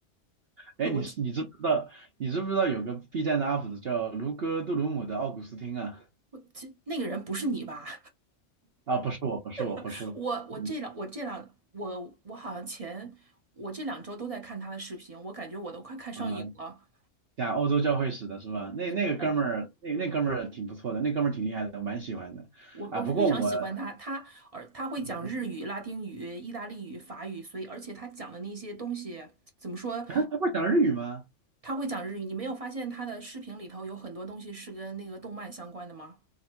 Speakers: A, on the right; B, on the right.
A: 哎，
B: <laughs>
A: 你是你知不知道你知不知道有个
B: 我这
A: B 站的 UP 主叫卢哥杜鲁姆的奥古斯汀啊？
B: 这那个人不是你吧？
A: 啊，不是我，不是我，
B: <laughs>
A: 不是我，
B: 我我这两我这两我我好像前我这两周都在看他的视频，
A: 嗯
B: 我感觉我都快看上瘾了。
A: 啊，讲欧洲教会史的是吧？那那个哥们儿，
B: 对。
A: 那那哥们儿挺不错的，那哥们儿挺厉害的，我蛮喜欢的啊。
B: 我我非常喜欢他，
A: 不过我，
B: 他而他会讲日语、
A: 嗯嗯，
B: 拉丁语、意大利语、法语，所以而且他讲的那些东西怎么说？
A: <laughs> 啊，他会讲日语吗？
B: 他会讲日语，你没有发现他的视频里头有很多东西是跟那个动漫相关的吗？